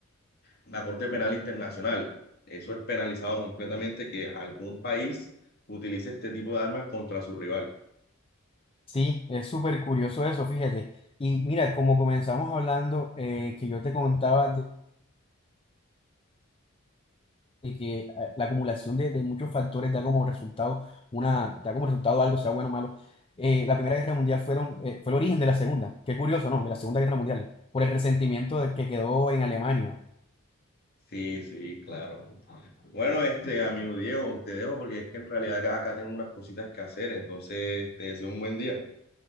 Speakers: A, on the left; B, on the left.
A: la Corte Penal Internacional. Eso es penalizado completamente que algún país utilice este tipo de armas contra su rival.
B: Sí, es súper curioso eso, fíjate. Y mira, como comenzamos hablando, eh, que yo te contaba de, de que eh, la acumulación de, de muchos factores da como resultado una, da como resultado algo, sea bueno o malo. Eh, la Primera Guerra Mundial fueron, eh, fue el origen de la Segunda. Qué curioso, ¿no? De la Segunda Guerra Mundial, por el resentimiento de- que quedó en Alemania.
A: Sí, sí, claro. Bueno, este amigo Diego, te dejo porque es que en realidad acá, acá tengo unas cositas que hacer, entonces te deseo un buen día.